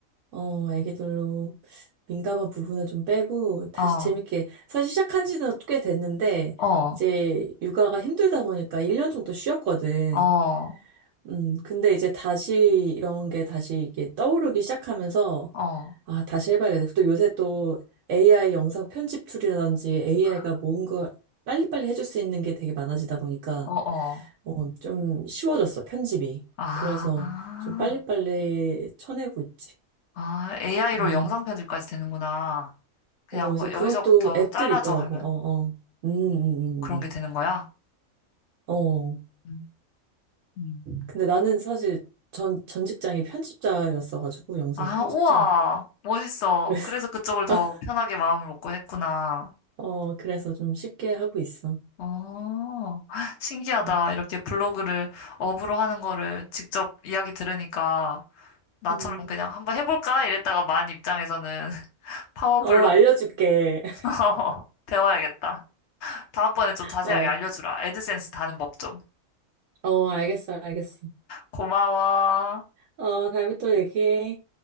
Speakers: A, on the right (about 70°); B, on the left (about 65°).
A: 어, 애기들로 민감한 부분은 좀 빼고 다시
B: 어,
A: 재밌게 사실 시작한 지는 꽤 됐는데
B: 어,
A: 이제 육아가 힘들다 보니까 1년 정도 쉬었거든.
B: 어,
A: 음, 근데 이제 다시 이런 게 다시 이게 떠오르기 시작하면서
B: 어,
A: 아, 다시 해봐야겠다. 또 요새 또 AI 영상 편집 툴이라든지 AI가
B: 아,
A: 뭔가 빨리빨리 해줄 수 있는 게 되게 많아지다 보니까
B: 어, 어.
A: 어, 좀 쉬워졌어, 편집이.
B: 아,
A: 그래서 좀 빨리빨리 쳐내고 있지.
B: 아, AI로
A: 음.
B: 영상 편집까지 되는구나. 그냥
A: 어, 그래서
B: 뭐
A: 그런
B: 여기서부터
A: 또 앱들이
B: 잘라줘
A: 있더라고.
B: 하면
A: 어, 어. 음, 음,
B: 그런
A: 음.
B: 게 되는 거야.
A: 음. 어.
B: 음, 음.
A: 근데 나는 사실 전, 전 직장이 편집자였어가지고, 영상
B: 아,
A: 편집자.
B: 우와, 멋있어.
A: 그래서,
B: 그래서 그쪽을 더
A: <laughs>
B: 편하게 마음을 먹고 했구나.
A: 어, 그래서 좀 쉽게 하고 있어.
B: 어, <laughs> 신기하다.
A: 음.
B: 이렇게 블로그를 업으로 하는 거를 직접 이야기 들으니까 나처럼
A: 음.
B: 그냥 한번 해볼까? 이랬다가 만 입장에서는 <laughs> 파워
A: 어,
B: 블로그
A: 알려줄게. <laughs>
B: <laughs> 배워야겠다. 다음번에 좀 자세하게
A: 어,
B: 알려주라. 애드센스 다는 법 좀.
A: 어, 알겠어, 알겠어.
B: 고마워.
A: 어, 다음에 또 얘기해.